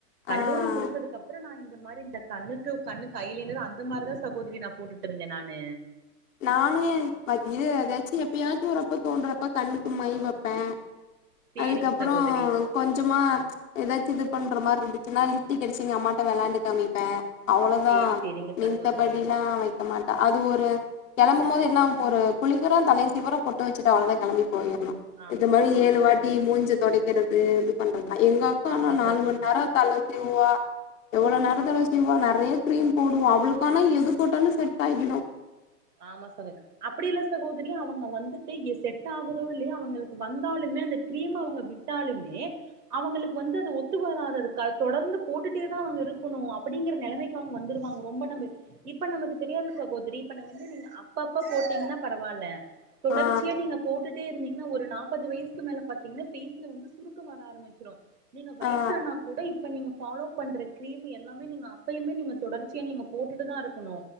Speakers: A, on the right (about 65°); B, on the left (about 50°).
A: கல்லூரி
B: ஆ
A: முடிச்சதுக்கப்புறம் நா இ இந்த மாதிரி இந்த கண்ணுக்கு கண்ணு கையலினர் அந்த மாதிரி தான் சகோரி நான் போட்டுட் ங்க நானு
B: நானும் ஐய ஏதாச்சும் எப்பயாச்சும் வறப்ப தோன்றறப்ப கண்ணு மயி வைப்பேன்
A: சேரிங்க
B: அதுக்கப்புறம்
A: சகோதரி
B: கொஞ்சமா ஏதாச்சும் இது பண்ற மாதிரி இருந்துச்சுன்னா லிப்டக் அடிச்சி எங்கமாட்ட வெளாண்டு காமிப்ப அவ்வளோதா
A: சேரி சேரிங்க
B: மின்தபடிலா
A: சகோதரி
B: வெக்க மாட்ட அது ஒரு கிளம்பும் போது என்ன ஒரு குளிக்குரோ தலைய சீவுறோ பொட்டு வெச்சிட்டு அவ்ளோ தா கிளம்பிட்டு <unintelligible>
A: ஆமா
B: இது மாரி
A: சகோதரி
B: ஏழு வாட்டி மூஞ்சிய தொடைக்கிறது பன்றங் எங்க அக்கானா
A: ஆமா
B: நாலு
A: சகோதரி
B: மணு நேரோ தல சீவுவா எவ்வளவு நேரோ தல சீவுவா நெ நறைய கிரீம் போடுவோ அவளுக்கான எது போட்டாலு செட் ஆகிரோ
A: ஆமா சகோ அப்படில்ல சகோதரி அவுங்க வந்துட்டு செட் ஆகுதோ இல்லையோ அவுங்குளுக்கு வந்தாலுமே அந்த கிரீம் அவுங்க விட்டாலுமே அவுங்களுக்கு வந்து அது ஒத்து வராது அது தொடர்ந்து போட்டுட்டே கெத்தா அவுங்க இருக்கணோ அப்டிங்கிற நெலமைக் வந்துருவாங்க ரொம்ப நம் இப்ப நமக்கு தெரியாது சகோதரி இப்ப இத வந்து நீங்க அப்ப அப்ப போட்டீங்கன்னா பரவால்ல தொடர்ச்சியா
B: ஆ
A: நீங்க போட்டுட்டே இருந்தீங்கன்னா ஒரு நா முப்பது வயசுக்கு மேல பாத்தீங்கன்னா பேஸ்ல வந்து சுருக்கம் வர ஆரம்பிச்சிரோ நீங்க வயசானா
B: ஆ
A: கூட இப்ப நீங்க ஃபாலோ பண்ற கிரீம் எல்லாமே நீங்க அப்பயுமே நீங்க தொடர்ச்சியா நீங்க போட்டுட்டு தா இருக்கணோ